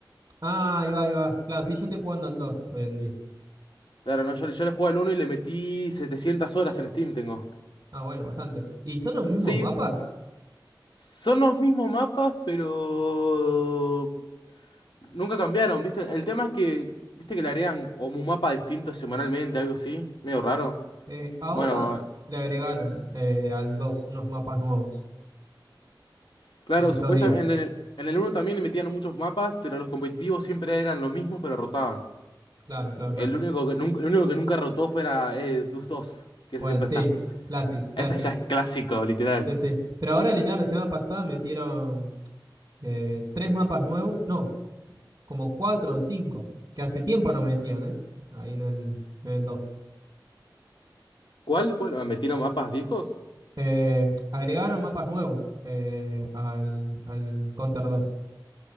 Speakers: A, on the right; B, on the left.
A: Ah, ahí va, ahí va. Claro, sí, yo estoy jugando al 2 hoy en día.
B: Claro, no, yo, yo le jugué al uno y le metí 700 horas en Steam, tengo.
A: Ah, bueno, bastante. ¿Y son los mismos
B: Sí,
A: mapas?
B: Son los mismos mapas, pero nunca cambiaron, ¿viste? El tema es que, ¿viste que le harían como un mapa distinto semanalmente, algo así? Medio raro.
A: Eh, ahora
B: Bueno,
A: le agregaron eh, al 2 unos mapas nuevos
B: claro,
A: en estos
B: supuestamente
A: días.
B: en el, en el uno también le metían muchos mapas, pero los competitivos siempre eran los mismos, pero rotaban.
A: Claro, claro, claro.
B: El único que nunca, el único que nunca rotó fuera eh, Dust 2, que
A: Bueno,
B: ese siempre
A: sí,
B: está.
A: Classic,
B: <laughs>
A: Classic.
B: Ese ya es clásico, literal.
A: Sí, sí. Pero ahora, literal, la semana pasada metieron eh, tres mapas nuevos. No, como cuatro o cinco, que hace tiempo no metían, ¿eh? Ahí en el, en el 2.
B: ¿Cuál? ¿Cuál? Ah, ¿Metieron mapas viejos?
A: Eh, agregaron mapas nuevos eh, al, al Counter dos.